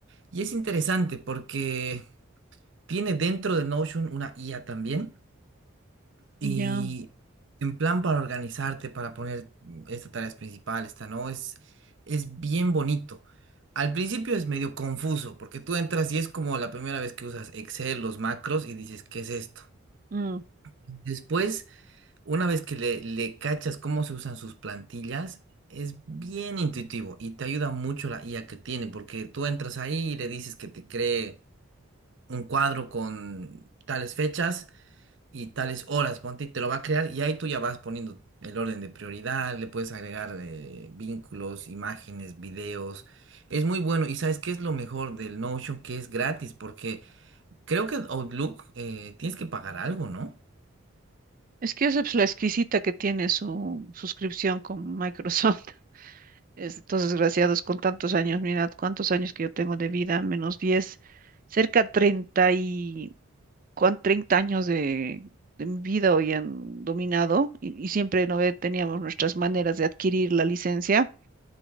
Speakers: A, on the right; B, on the right.
A: Y es interesante porque tiene dentro de Notion una IA también. Y
B: Ya.
A: en plan para organizarte, para poner mm, esta tarea es principal, esta no, es, es bien bonito. Al principio es medio confuso, porque tú entras y es como la primera vez que usas Excel, los macros, y dices, ¿qué es esto?
B: mm.
A: Después, una vez que le, le cachas cómo se usan sus plantillas, es bien intuitivo y te ayuda mucho la IA que tiene, porque tú entras ahí y le dices que te cree un cuadro con tales fechas y tales horas, ponte, y te lo va a crear y ahí tú ya vas poniendo el orden de prioridad, le puedes agregar eh, vínculos, imágenes, videos. Es muy bueno y ¿sabes qué es lo mejor del Notion? Que es gratis porque creo que Outlook eh, tienes que pagar algo, ¿no?
B: Es que esa es la exquisita que tiene su suscripción con Microsoft. <laughs> Es, Estos desgraciados con tantos años, mirad cuántos años que yo tengo de vida, menos diez cerca 30 y Con 30 años de, de mi vida hoy han dominado y, y siempre no ve- teníamos nuestras maneras de adquirir la licencia.